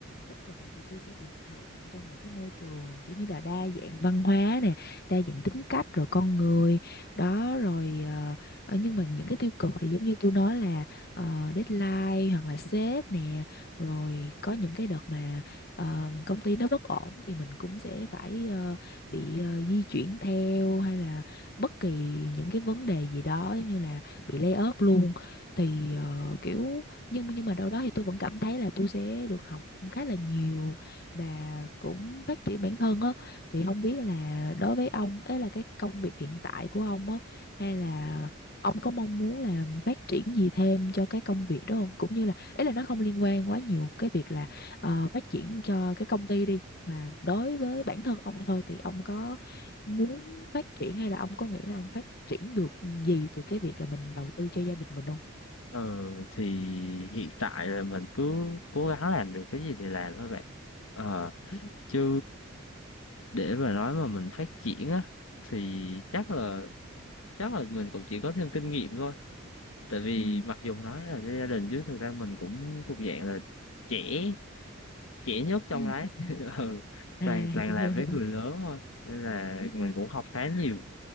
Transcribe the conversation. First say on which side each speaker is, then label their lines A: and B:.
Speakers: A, on the left (about 50°); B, on the left (about 80°).
A: tích cực là tụi tôi sẽ được học trong một cái môi trường kiểu như là đa dạng văn hóa nè đa dạng tính cách rồi con người đó rồi ờ, Ờ, nhưng mà những cái tiêu cực thì giống như tôi nói là ờ, deadline hoặc là sếp nè rồi có những cái đợt mà ờ, công ty nó bất ổn thì mình cũng sẽ phải ờ, bị ờ, di chuyển theo hay là bất kỳ những cái vấn đề gì đó giống như là bị lay off luôn Ừ. thì ờ, kiểu nhưng nhưng mà đâu đó thì tôi vẫn cảm thấy là tôi sẽ được học khá là nhiều và cũng phát triển bản thân á thì không biết là đối với ông ấy là cái công việc hiện tại của ông á hay là ông có mong muốn là phát triển gì thêm cho cái công việc đó không cũng như là ý là nó không liên quan quá nhiều cái việc là ờ, phát triển cho cái công ty đi mà đối với bản thân ông thôi thì ông có muốn phát triển hay là ông có nghĩ là ông phát triển được gì từ cái việc là mình đầu tư cho gia đình mình không
B: ờ thì hiện tại là mình cứ cố gắng làm được cái gì thì làm thôi bạn ờ
A: ừ
B: chứ để mà nói mà mình phát triển á thì chắc là chắc là mình cũng chỉ có thêm kinh nghiệm thôi tại vì
A: ừ
B: mặc dù nói là gia đình chứ thực ra mình cũng thuộc dạng là trẻ trẻ nhất trong
A: ừ
B: đấy
A: ừ.
B: <laughs> ừ.
A: à
B: toàn toàn
A: hiểu
B: làm
A: hiểu hiểu
B: với người lớn thôi nên là
A: ừ
B: mình cũng học khá nhiều